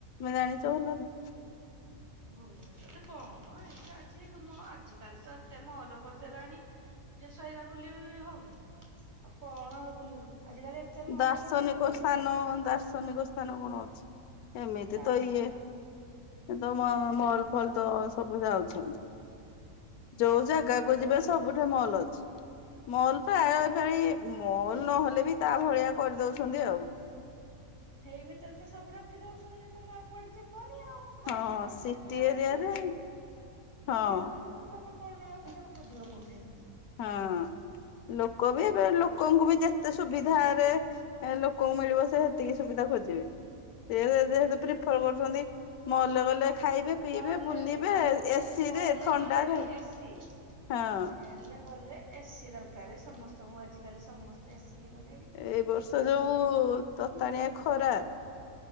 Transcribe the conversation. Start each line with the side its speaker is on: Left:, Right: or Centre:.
Left: ମୁଁ ଜାଣିଛ ଭଲରେ
Right: ଭୁବନେଶ୍ଵରରେ କଣ ଏୟା ଅଛି ମ ଆଜିକାଲି ତ ଏତେ ମଲ୍ କରିଦେଲାଣି ଯେ ସେଇରା ବୁଲି ହଉନି କଣ ଆଉ ବୁଲିବୁ ଆଜିକାଲି ଏତେ ମଲ
Left: ଦାର୍ଶନିକ
Right: କରିଛି ଆଉ ବୁଲ
Left: ସ୍ଥାନ ଦାର୍ଶନିକ ସ୍ଥାନ କଣ ଅଛି ଏମିତି
Right: ଦାସ
Left: ତ ଇଏ ଏ ତ ମ ମଲ୍ ଫଲ୍ ତ ସବୁ ଯାଉଛନ୍ତି
Right: ଦାର୍ଶନିକ
Left: ଯୋଉ ଜାଗାକୁ ଯିବେ ସବୁଠେ ମଲ୍ ମଲ୍ ପ୍ରାୟ <unintelligible> ମଲ୍ ନହେଲେ ବି ତା ଭଳିଆ କରିଦଉଛନ୍ତି ଆଉ
Right: ହେଇ ଭିତରେ ତ ସବୁ ରଖି ଦଉସନ୍ତି ତମେ ଆଉ କୁଆଡେ ଯିବନି ଆଉ ଖାଇବା
Left: ହଁ
Right: ଟା <unintelligible>
Left: ସିଟି ଏରିଆରେ
Right: ପିନ୍ଧିବା
Left: ହଁ
Right: ପିନ୍ଧିବା ପର୍ଯ୍ୟନ୍ତ ତମେ କଣ ନା ଆଉ କଣ ଖୋଜିବ କୋଉଠେ
Left: ହଁ ଲୋକ ବି ଏବେ ଲୋକଙ୍କୁ ବି ଯେତେ ସୁବିଧାରେ ଲୋକଙ୍କୁ ମିଳିବ ସେ ହେତିକି ସୁବିଧା ଖୋଜିବେ ସେ ଯେହେତୁ ପ୍ରିଫର <unintelligible> <unintelligible> ମଲ ଗଲେ ଖାଇବେ ପିଇବେ
Right: ମଲେ
Left: ବୁଲିବେ
Right: ଆଚାରୀ
Left: ଏସିି
Right: ମଲେ
Left: ରେ ଥଣ୍ଡାରେ
Right: ଗଲେ ବି ଏସି
Left: ହଁ।
Right: ମେଲେ ଗଲେ ଏସିି ଦରକାରେ ସମସ୍ତଙ୍କୁ ଆଜିକାଲି ସମସ୍ତେ ଏସି ହେଇଗଲେଣି।
Left: ଏଇ ବର୍ଷ
Right: ତ
Left: ଯୋଉଁ ତତାଣିଆ ଖ ଖରା